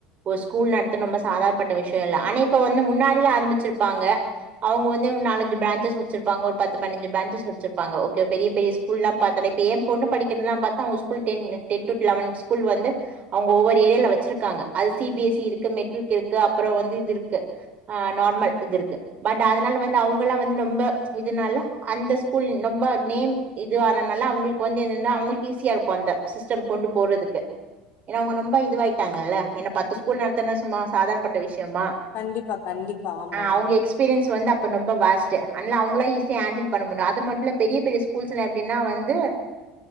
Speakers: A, on the right (about 40°); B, on the left (about 55°).
A: ஒரு ஸ்கூல் நடத்த ரொம்ப சாதார பட்ட விஷயம் இல்ல ஆனா இப்ப வந்து முன்னாடியே ஆரம்பிச்சிருப்பாங்க அவுங்கவந்து நாலஞ்சு பிரான்ஜஸ் வச்சுருப்பாங்க ஒரு பத்து பைன்ஜ் பிரான்ஜஸ் வச்சுருப்பாங்க ஓகே பெரிய பெரிய ஸ்கூல் லா பாத்தா ஏன் பொண்ணு படிக்குறனா பாத்தா அவுங்க school ten ten to eleven school வந்து அவுங்க ஒவ்வொரு ஏரியால வச்சுருக்காங்க அது சிபிஎஸ்சி இருக்கு மெட்ரிக் இருக்கு அப்புறம் வந்து இது இருக்கு ஆஹ் நார்மல் இது இருக்கு பட் அதனால வந்து அவுங்காலா வந்து ரொம்ப இதுனால அந்த ஸ்கூல் ரொம்ப நேம் இதுவானனால அவங்களுக்கு வந்து என்னனா அவங்களுக்கு ஈஸியா இருக்கும் அந்த சிஸ்டம் கொண்டு போறதுக்கு ஏன்னா அவங்க ரொம்ப இதுவாய்ட்டாங்கல்ல ஏன்னா பத்து ஸ்கூல் நடத்தனா சும்மா சாதாரணப்பட்ட விஷயம்
B: கண்டிப்பா, கண்டிப்பா. ஆமா.
A: அவுங்க எக்ஸ் எக்ஸ்பீரியன்ஸ் வந்து அப்போ ரொம்ப வேஸ்ட் அன்னாலா அவுங்களா ஈஸியாக ஹேண்டில் பண்ண முடியும் அது மட்டும் இல்ல பெரிய பெரிய ஸ்கூல்ஸ்லாம் எப்படின்னா வந்து